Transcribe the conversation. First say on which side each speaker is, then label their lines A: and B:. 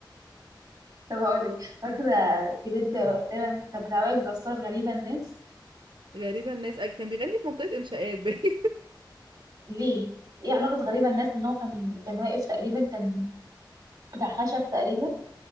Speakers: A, on the right; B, on the right.
A: طب هقول لك فاكره
B: <laughs>
A: كليب تقريبا كان بتاع وائل جسار غريبه الناس
B: غريبة الناس آه، كان بيغني في منطقة إنشاءات باين <laughs>
A: ليه ايه علاقه غريبه الناس ان هو كان كان واقف تقريبا كان بتاع خشب تقريبا